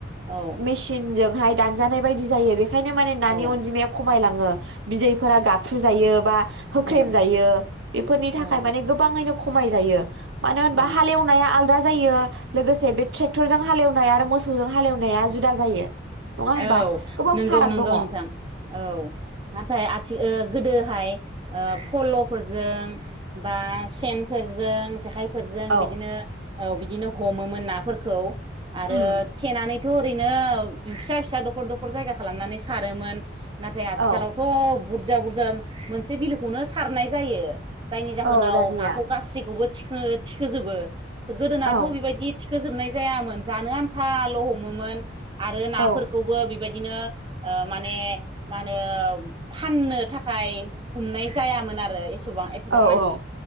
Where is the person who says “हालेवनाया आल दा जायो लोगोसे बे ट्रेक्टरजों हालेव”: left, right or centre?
Right